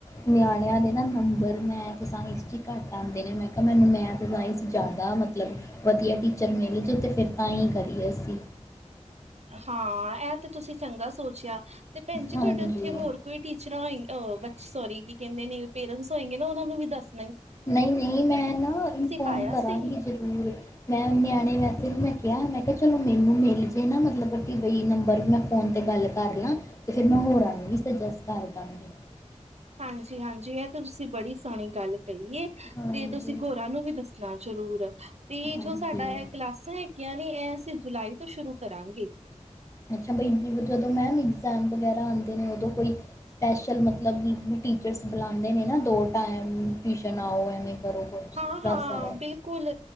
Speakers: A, on the left; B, on the right.
A: ਨਿਆਣਿਆਂ ਦੇ ਨਾ ਨੰਬਰ ਮੈਥ ਸਾਇੰਸ ਚ ਈ ਘੱਟ ਆਂਦੇ ਨੇ ਮੈਂ ਕਿਹਾ ਮੈਨੂੰ ਮੈਥ ਸਾਇੰਸ ਜ਼ਿਆਦਾ ਮਤਲਬ ਵਧੀਆ ਟੀਚਰ ਮਿਲੇ ਜੇ ਤਾਂ ਫਿਰ ਤਾਂ ਹੀ ਕਰੀਏ ਅਸੀਂ
B: ਹਾਂ ਇਹ ਤੇ ਤੁਸੀਂ ਚੰਗਾ ਸੋਚਿਆ। ਤੇ ਭੈਣ ਜੀ
A: ਹਾਂਜੀ।
B: ਤੁਹਾਡੇ ਉੱਥੇ ਹੋਰ ਕੋਈ ਟੀਚਰਾਂ ਹੋਈ ਬ ਸੋਰੀ ਕੀ ਕਹਿੰਦੇ ਨੇ ਪੇਰੈਂਟਸ ਹੋਏ ਨੇ ਨਾ ਉਹਨਾਂ ਨੂੰ ਵੀ ਦੱਸ
A: ਨਹੀਂ-ਨਹੀਂ ਮੈਂ ਨਾ ਇਨਫੋਮ
B: ਪਾਇਆ
A: ਕਰਾਂਗੀ
B: ਸੀ
A: ਜਰੂਰ ਮੈਂ ਨਿਆਣੇ ਵੈਸੇ ਵੀ ਮੈਂ ਕਿਹਾ ਮੈਂ ਕਿਹਾ ਚਲੋ ਮੈਨੂੰ ਮਿਲ ਜੇ ਨਾ ਮਤਲਬ ਕਿ ਬਈ ਨੰਬਰ ਮੈਂ ਫ਼ੋਨ ਤੇ ਗੱਲ ਕਰ ਲਾਂ ਅਤੇ ਫਿਰ ਮੈਂ ਹੋਰਾਂ ਨੂੰ ਵੀ ਸੁਜੈਸਟ ਕਰ ਦਾਂਗੀ।
B: ਹਾਂਜੀ- ਹਾਂਜੀ ਇਹ ਤਾਂ ਤੁਸੀਂ ਬੜੀ ਸੋਹਣੀ ਗੱਲ ਕਹੀਏ
A: ਹਾਂਜੀ
B: ਤੇ ਤੁਸੀਂ ਹੋਰਾਂ ਨੂੰ ਵੀ ਦੱਸਣਾ ਜ਼ਰੂਰ ਤੇ
A: ਹਾਂਜੀ
B: ਜੋ ਸਾਡਾ ਇਹ ਕਲਾਸਾਂ ਹੈਗੀਆਂ ਇਹ ਅਸੀਂ ਜੁਲਾਈ ਤੋਂ ਸ਼ੁਰੂ ਕਰਾਂਗੇ।
A: ਅੱਛਾ ਬਈ ਜ ਜਦੋਂ ਮੈਮ ਇਗਜ਼ਾਮ ਵਗੈਰਾ ਆਉਂਦੇ ਉਦੋਂ ਕੋਈ ਸਪੈਸ਼ਲ ਮਤਲਬ ਟੀਚਰਸ ਬੁਲਾਦੇ ਨੇ ਨਾ ਦੋ ਟਾਈਮ ਟਿਊਸ਼ਨ ਆਓ ਐਵੇਂ ਕਰੋ ਕੁਛ
B: ਹਾਂ, ਹਾਂ
A: ਕਲਾਸਾਂ ਦਾ
B: ਬਿਲਕੁਲ